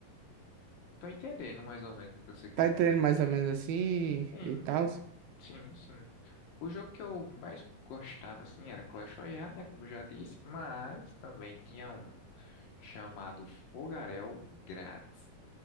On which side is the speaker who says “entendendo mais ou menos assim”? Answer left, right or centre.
Right